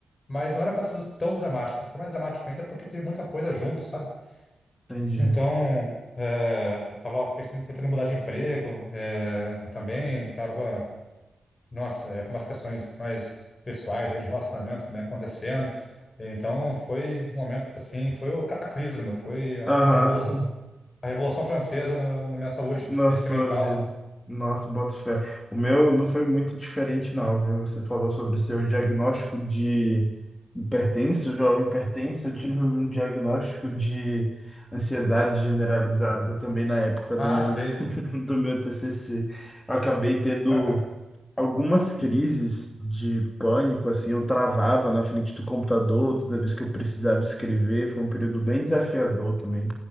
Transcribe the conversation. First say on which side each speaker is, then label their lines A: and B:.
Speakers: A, on the left (about 40°); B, on the left (about 20°).
A: mas não era para ser tão dramático. Ficou mais dramático ainda porque teve muita coisa junto, sabe?
B: Entendi.
A: Então, é, tava pensando, tentando mudar de emprego, é, também, tava nossa, é, com umas questões mais pessoais aí de relacionamento também acontecendo. Então foi um momento assim, foi o cataclisma, foi a
B: Aham.
A: a revolução, a revolução francesa na, na minha saúde
B: Na
A: física
B: sua
A: e mental.
B: vida.
A: assim.
B: Nossa, bota fé. O meu não foi muito diferente, não, viu? Você falou sobre o seu diagnóstico de hipertenso, jovem hipertenso. Eu tive um diagnóstico de ansiedade generalizada também na época
A: Ah,
B: do meu,
A: sei.
B: <laughs> do meu TCC. Eu acabei tendo
A: <laughs>
B: algumas crises de pânico, assim, eu travava na frente do computador toda vez que eu precisava escrever. Foi um período bem desafiador também.